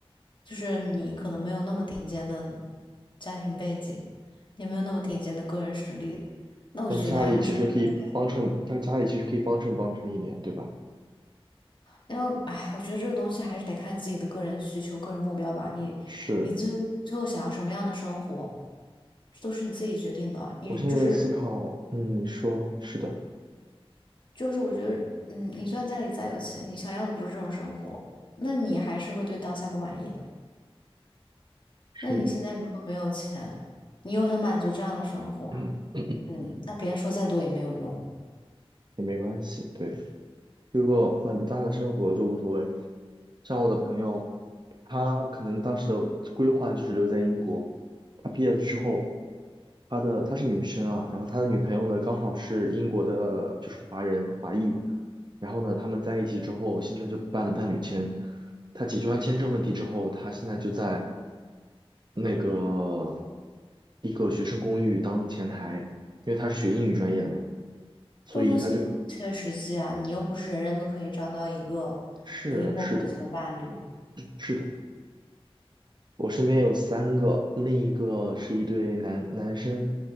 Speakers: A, on the left; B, on the right.
A: 就是你可能没有那么顶尖的家庭背景，也没有那么顶尖的个人实力，那我就觉得安生孩子吧，
B: 但是家里其实可以帮衬，但是家里其实可以帮衬帮衬一点，对吧？
A: 然后唉，我觉得这个东西还是得看自己的个人需求、个人目标吧。你你最后最后想要什么样的生活，
B: 是，
A: 这都是你自己决定的。你就是
B: 我现在在思考，嗯，你说是的，
A: 就是，我觉得，嗯，你虽然家里再有钱，你想要的不是这种生活，那你还是会对当下不满意的。
B: 是，
A: 那你现在如果没有钱，你又很满足这样的生活，
B: <clears throat>
A: 嗯，那别人说再多也没有用。
B: 也没关系，对。如果满大的生活就无所谓。像我的朋友，他可能当时的规划就是留在英国。他毕业了之后，他的她是女生啊，然后他的女朋友呢刚好是英国的，就是华人华裔。然后呢，他们在一起之后，现在就办了伴侣签。他解决完签证问题之后，他现在就在那个一个学生公寓当前台，因为他是学英语专业的嘛。所以他这
A: 这种东西很不切实际啊，你又不是人人都可以找到一个有英国国籍的伴侣，
B: 是是的，是的，我身边有三个，另一个是一对男男生，